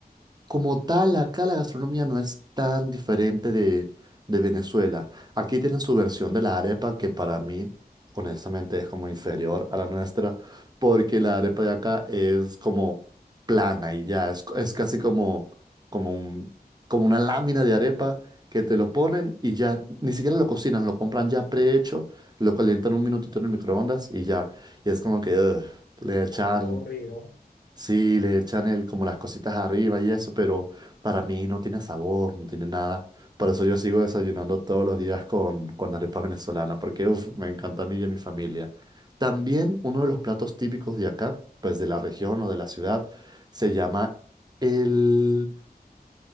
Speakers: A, on the right (about 25°); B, on the left (about 65°).
A: como tal, acá la gastronomía no es tan diferente de, de Venezuela. Aquí tienen su versión de la arepa, que para mí, honestamente, es como inferior a la nuestra, porque la arepa de acá es como plana y ya, es, es casi como, como un, como una lámina de arepa que te lo ponen y ya, ni siquiera lo cocinan, lo compran ya prehecho, lo calientan un minutito en el microondas y ya, y es como que ugh, le echan
B: Ah, qué aburrido.
A: Sí, le echan el, como las cositas arriba y eso, pero para mí no tiene sabor, no tiene nada. Por eso yo sigo desayunando todos los días con, con arepa venezolana, porque uf, me encanta a mí y a mi familia. También uno de los platos típicos de acá, pues de la región o de la ciudad, se llama el